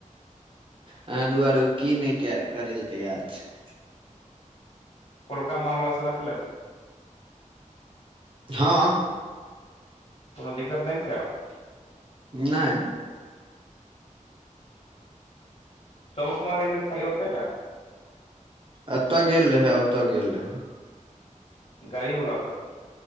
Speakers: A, on the right (about 40°); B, on the left (about 50°).
A: अहाँ दुआरे ओ की नहि करै लए तैयार छै
B: कोलका मामला सलटलै
A: हँ
B: कोनो दिक्कत नहि ने छै आब
A: नहि
B: चौमुखमा गेलियै की खाली ओतैटा
A: अतऽ गेल रहै आ ओतऽ गेल रहय
B: गाड़ीवला पर